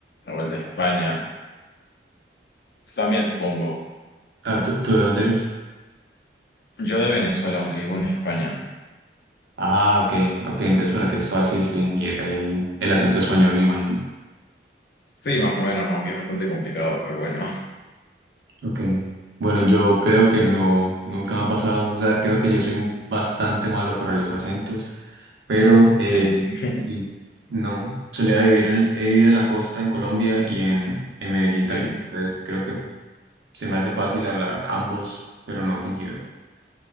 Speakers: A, on the left; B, on the right.
A: o el de España. También supongo.
B: Ah, ¿tú, tú de dónde eres?
A: Yo de Venezuela, aunque vivo en España.
B: Ah, ok, ok, entonces para ti es fácil fingir el, el acento español, me imagino.
A: Sí, más o menos, aunque es bastante complicado, pero bueno.
B: Ok. Bueno, yo creo que no, nunca me ha pasado, o sea, creo que yo soy bastante malo para los acentos, pero eh,
A: Sí, <laughs>
B: sí, no, solía vivir en, he vivido en la costa, en Colombia y en, en Medellín también,
A: sí.
B: entonces creo que se me hace fácil hablar ambos, pero no fingido.